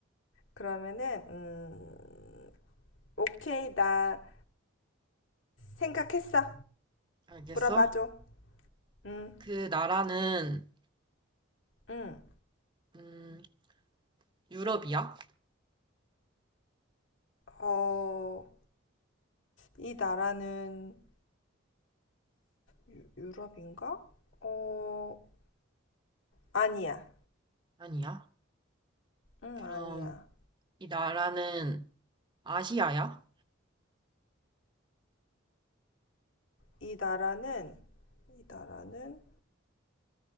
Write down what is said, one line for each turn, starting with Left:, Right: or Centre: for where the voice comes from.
Left: 그러면은 음, 오케이, 나 생각했어.
Right: 알겠어?
Left: 물어봐줘. 응,
Right: 그 나라는,
Left: 응.
Right: 음, 유럽이야?
Left: 어, 이 나라는 유, 유럽인가? 어, 아니야.
Right: 아니야.
Left: 응,
Right: 그럼,
Left: 아니야.
Right: 이 나라는 아시아야?
Left: 이 나라는, 이 나라는,